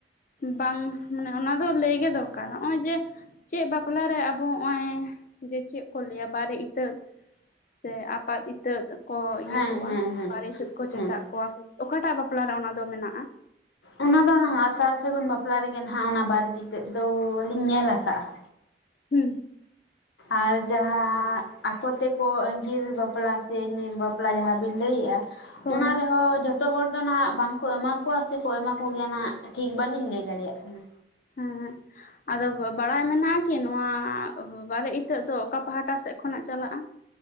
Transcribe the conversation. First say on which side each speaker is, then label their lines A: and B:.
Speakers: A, on the left; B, on the left.
A: ᱵᱟᱝ ᱢᱟᱱᱮ ᱚᱱᱟ ᱫᱚ ᱞᱟᱹᱭ ᱜᱮ ᱫᱚᱨᱠᱟᱨ ᱱᱚᱜᱼᱚᱭ ᱡᱮ ᱪᱮᱫ ᱵᱟᱯᱞᱟ ᱨᱮ ᱟᱵᱚ ᱦᱚᱸᱜ-ᱚᱭ ᱡᱮ ᱪᱮᱫ ᱠᱚ ᱞᱟᱹᱭᱟ ᱵᱟᱨᱮ ᱤᱛᱟᱹᱫ ᱥᱮ ᱟᱯᱟᱫ ᱤᱛᱟᱹᱫ ᱠᱚ ᱤᱭᱟᱹ
B: ᱦᱮᱸ
A: ᱠᱚᱣᱟ
B: ᱦᱮᱸ ᱦᱮᱸ
A: ᱵᱟᱨᱮ ᱤᱛᱟᱹᱜ ᱠᱚ ᱪᱮᱴᱟᱜ
B: ᱦᱮᱸ
A: ᱠᱚᱣᱟ, ᱥᱮ ᱚᱠᱟᱴᱟᱜ ᱵᱟᱯᱞᱟ ᱨᱮ ᱚᱱᱟ ᱫᱚ ᱢᱮᱱᱟᱜᱼᱟ?
B: ᱚᱱᱟ ᱫᱚ ᱱᱟᱦᱟᱜ ᱥᱟᱨ ᱥᱟᱹᱜᱩᱱ ᱵᱟᱯᱞᱟ ᱨᱮᱜᱮ ᱱᱟᱦᱟᱜ ᱚᱱᱟ ᱵᱟᱨᱮ ᱤᱛᱟᱹᱫ ᱫᱚᱞᱤᱧ ᱧᱮᱞ ᱟᱠᱟᱫᱼᱟ᱾
A: ᱦᱩᱸ
B: ᱟᱨ ᱡᱟᱦᱟᱸ ᱟᱠᱚ ᱛᱮ ᱠᱚ ᱟᱹᱜᱤᱨ ᱵᱟᱯᱞᱟ ᱥᱮ ᱧᱤᱨ ᱵᱟᱯᱞᱟ ᱡᱟᱦᱟᱸ ᱵᱤᱱ ᱞᱟᱹᱭᱮᱫᱼᱟ,
A: ᱦᱳᱭ
B: ᱚᱱᱟ ᱨᱮᱦᱚᱸ ᱡᱚᱛᱚ ᱡᱚᱛᱚ ᱦᱚᱲ ᱫᱚ ᱱᱟᱦᱟᱜ ᱵᱟᱝᱠᱚ ᱮᱢᱟ ᱠᱚᱣᱟ ᱥᱮᱠᱚ ᱮᱢᱟ ᱠᱚᱜᱮᱭᱟ ᱱᱟᱦᱟᱜ ᱴᱷᱤᱠ ᱵᱟᱹᱞᱤᱧ ᱞᱟᱹᱭ ᱫᱟᱲᱮᱭᱟᱜ ᱠᱟᱱᱟ᱾
A: ᱦᱮᱸ ᱟᱫᱚ ᱵᱟᱲᱟᱭ ᱢᱮᱱᱟᱜᱼᱟ ᱠᱤ ᱱᱚᱣᱟ ᱵᱟᱨᱮ ᱤᱛᱟᱹᱜ ᱫᱚ ᱚᱠᱟ ᱯᱟᱦᱴᱟ ᱥᱮᱫ ᱠᱷᱚᱱᱟᱜ ᱪᱟᱞᱟᱜᱼᱟ᱾